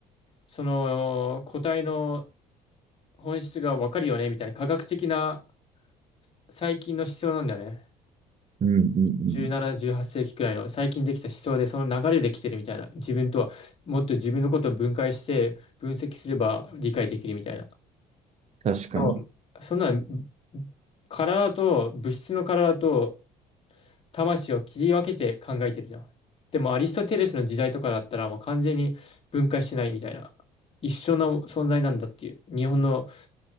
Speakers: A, on the left; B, on the right.
A: その個体の本質がわかるよね、みたいな科学的な最近の思想なんだよね。
B: うん、うん、うん。うん
A: 17、18世紀くらいの最近できた思想で、その流れで来てるみたいな。自分とは、もっと自分のことを分解して、分析すれば理解できるみたいな。
B: 確かに。
A: でもそんなん、体と、物質の体と、魂を切り分けて考えてるじゃん。でもアリストテレスの時代とかだったらもう完全に分解してないみたいな。一緒の存在なんだっていう。日本の